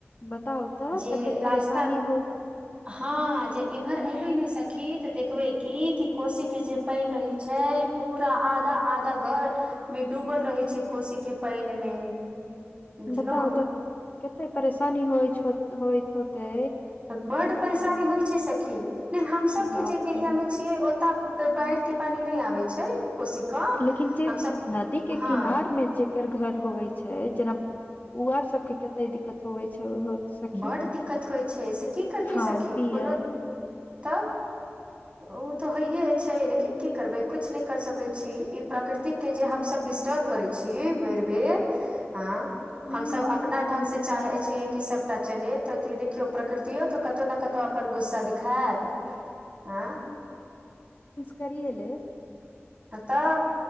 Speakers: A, on the left; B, on the right.
A: बताउ तऽ
B: जे
A: कतेक परेशानी
B: रास्ता
A: हो
B: हँ जे इम्हर ऐबैे नऽ सखी तऽ देखबै की कि कोशी केँ जे पाइन रहै छै पूरा आधा आधा घर मे डूबल रहे छै। कोशी केँ पाइन मे बुझलौं
A: बताउ तऽ कते परेशानी होइछ हो- होइत होतै
B: बड्ड परेशानी होइ छै। सखी नय हमसब केँ
A: बाप
B: जे एरिया
A: रे
B: मे छियै। ओतऽ तऽ बाढ़ केँ पानी नय आबै छै कोशी कऽ
A: लेकिन जे
B: हमसभ
A: नदी केँ
B: हँ
A: किनार मे जे कर घर होवै छै। जेना उ आर सब केँ कते दिक्कत होवय छै होत सखी
B: बड्ड दिक्कत होइ छै। एहि सँ की करतै
A: खान
B: सखी
A: पियन
B: कोनो तऽ
A: <inaudible>
B: ओ तऽ होइये छै। लेकिन की करबै किछ नय कर सकै छी। ई प्राकृतिक केँ जे हमसब डिस्टर्ब करै छी। बेर - बेर अ
A: हूँ
B: हमसब अपना ढंग से चाहे छिये कि सब चले तऽ ई देखियो प्रकृतियो तऽ कतौ ने कतौ अपन गुस सा दिखायत आ
A: करिए लेले
B: हँ तब